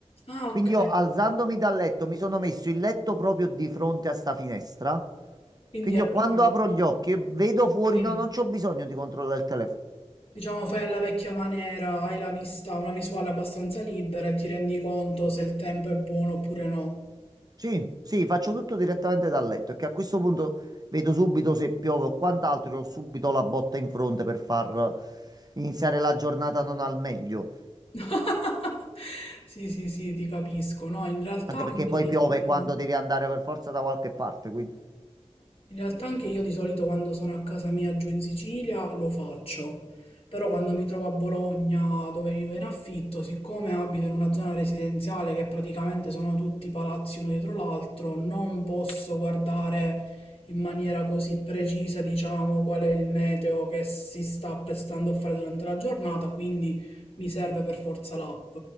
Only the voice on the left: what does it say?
Ah,
ok.
Quindi
ehm,
sì.
Diciamo fai alla vecchia maniera, hai la vista, una visuale abbastanza libera e ti rendi conto se il tempo è buono oppure no.
<laughs> Sì, sì, sì, ti capisco. No, in realtà
anche
io.
In realtà anche io di solito quando sono a casa mia giù in Sicilia lo faccio, però quando mi trovo a Bologna dove vivo in affitto, siccome abito in una zona residenziale che praticamente sono tutti palazzi uno dietro l'altro, non posso guardare in maniera così precisa, diciamo, qual è il meteo che si sta apprestando a fare durante la giornata, quindi mi serve per forza l'app.